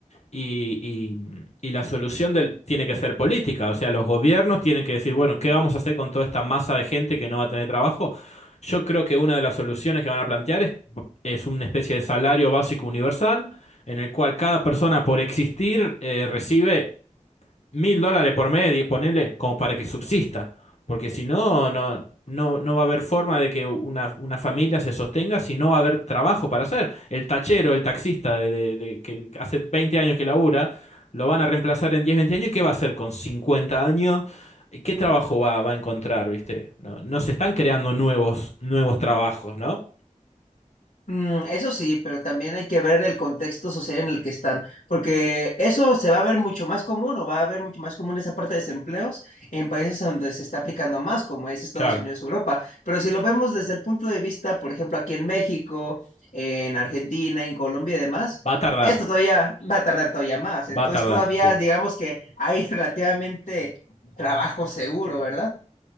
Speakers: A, on the left; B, on the left.
A: y, y- y la solución del- tiene que ser política, o sea, los gobiernos tienen que decir, bueno, ¿qué vamos a hacer con toda esta masa de gente que no va a tener trabajo? Yo creo que una de las soluciones que van a plantear es, es una especie de salario básico universal en el cual cada persona por existir eh, recibe mil dólares por mes, ponerle como para que subsista, porque si no, no, no, no va a haber forma de que una, una familia se sostenga si no va a haber trabajo para hacer. El tachero, el taxista de, de- de- que hace 20 años que labura, lo van a reemplazar en 10 20 años, ¿y qué va a hacer con 50 años? ¿Qué trabajo va, va a encontrar, viste? No, no se están creando nuevos, nuevos trabajos, ¿no?
B: Mm, eso sí, pero también hay que ver el contexto social en el que están, porque eso se va a ver mucho más común o va a ver mucho más común esa parte de desempleos en países donde se está aplicando más, como es Estados
A: Claro,
B: Unidos, Europa. Pero si lo vemos desde el punto de vista, por ejemplo, aquí en México, en Argentina, en Colombia y demás,
A: va a tardar,
B: esto todavía va a tardar todavía más. Entonces
A: va a tardar,
B: todavía
A: sí.
B: digamos que hay <laughs> relativamente trabajo seguro, ¿verdad?